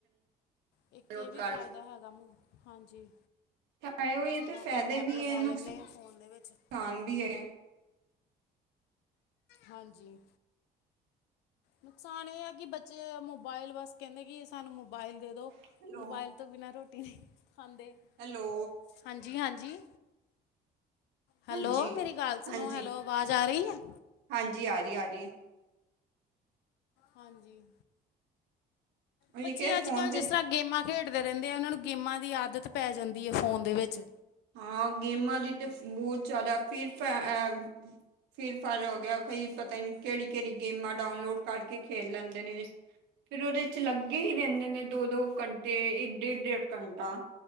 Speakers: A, on the left (about 80°); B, on the right (about 85°).
A: ਇੱਕ
B: ਨੋਟ
A: ਇਹ ਵੀ
B: ਕਰ
A: ਫਾਇਦਾ ਹੈਗਾ ਮ ਹਾਂਜੀ
B: ਤਾਂ ਹੋ ਹੀ
A: ਇਸ
B: ਤੇ
A: ਤਰ੍ਹਾਂ ਆਪਾਂ
B: ਫਾਇਦੇ
A: ਮੈਪ
B: ਵੀ
A: ਲਗਾ
B: ਹੈ ਨੁਕਸਾਨ
A: ਲੈਂਦੇ ਹਾਂ ਫੋਨ ਦੇ ਵਿੱਚ
B: ਵੀ ਹੈ
A: ਹਾਂਜੀ ਨੁਕਸਾਨ ਇਹ ਹੈ ਕਿ ਬੱਚੇ ਮੋਬਾਇਲ ਵਾਸਤੇ ਕਹਿੰਦੇ ਕਿ ਸਾਨੂੰ ਮੋਬਾਇਲ ਦੇ ਦੋ
B: ਹੈਲੋ
A: ਮੋਬਾਇਲ ਤੋਂ ਬਿਨਾਂ ਰੋਟੀ ਨਹੀਂ ਖਾਂਦੇ
B: ਹੈਲੋ
A: ਹਾਂਜੀ ਹਾਂਜੀ ਹੈਲੋ
B: ਹਾਂਜੀ
A: ਮੇਰੀ ਗੱਲ ਸੁਣੋ
B: ਹਾਂਜੀ
A: ਹੈਲੋ ਆਵਾਜ਼ ਆ ਰਹੀ ਆ
B: ਹਾਂਜੀ ਆ ਰਹੀ ਆ ਰਹੀ
A: ਹਾਂਜੀ
B: ਉਹੀ
A: ਬੱਚੇ
B: ਕਿ
A: ਅੱਜ
B: ਫੋਨ
A: ਕੱਲ ਜਿਸ
B: ਤੇ
A: ਤਰ੍ਹਾਂ ਗੇਮਾਂ ਖੇਡਦੇ ਰਹਿੰਦੇ ਆ ਉਹਨਾਂ ਨੂੰ ਗੇਮਾਂ ਦੀ ਆਦਤ ਪੈ ਜਾਂਦੀ ਹੈ ਫੋਨ ਦੇ ਵਿੱਚ
B: ਹਾਂ ਗੇਮਾਂ ਦੀ ਤਾਂ ਬਹੁਤ ਜ਼ਿਆਦਾ ਫਿਰ ਫ ਅ ਫੀਫਾ ਹੋ ਗਿਆ ਕਈ ਪਤਾ ਨ ਕਿਹੜੀ ਕਿਹੜੀ ਗੇਮਾਂ ਡਾਊਨਲੋਡ ਕਰਕੇ ਖੇਲ ਲੈਂਦੇ ਨੇ ਫਿਰ ਉਹਦੇ ਚ ਲੱਗੇ
A: ਹਾਂ
B: ਹੀ ਰਹਿੰਦੇ ਨੇ ਦੋ ਦੋ ਘੰਟੇ ਡੇਢ ਡੇਢ ਘੰਟਾ